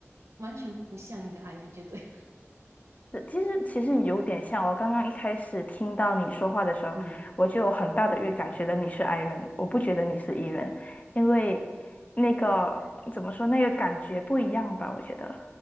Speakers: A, on the right (about 80°); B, on the left (about 30°).
A: 完全不像一个 I 人，就对了，
B: 是其实其实有点像，我刚刚一开始听到你说话的时候，
A: 嗯。
B: 我就有很大的预感，觉得你是 I 人，我不觉得你是 E 人，因为那个怎么说，那个感觉不一样吧，我觉得。